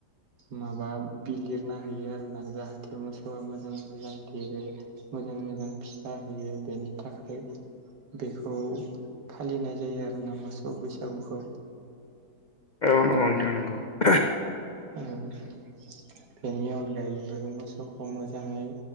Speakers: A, on the right; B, on the left.
A: माबा बिलिरना होयो आरोना जाहाथे मोसौआ मोजाङै मोजां देरो मोजां मोजां फिसा होयो बेनि थाखाय बेखौ फालिनाय जायो आर ना मोसौ बैसागुखौ
B: ओ नोंगौ नोंथां' <inaudible>
A: बेनि अनगायैबो मोसौखौ मोजाङै